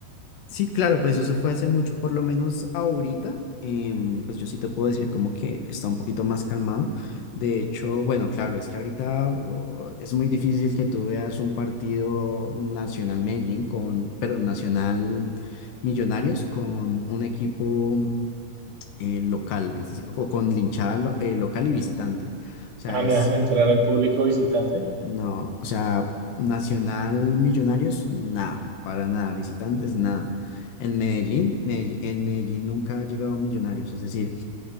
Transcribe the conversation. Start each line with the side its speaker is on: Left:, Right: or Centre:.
Left: Sí, claro, pues eso se fue hace mucho, por lo menos ahorita, em, pues yo sí te puedo decir como que está un poquito más calmado. De hecho, bueno, claro, es que ahorita oh, es muy difícil que tú veas un partido Nacional Medellín con, perdón, Nacional Millonarios con un equipo eh, local, es decir, co- con linchada lo- eh, local y visitante. O sea,
Right: Ah, no
Left: es
Right: dejan entrar al público visitante.
Left: no, o sea, Nacional Millonarios, nada, para nada, visitantes, nada. En Medellín, Medell- en Medellín nunca ha llegado Millonarios, es decir,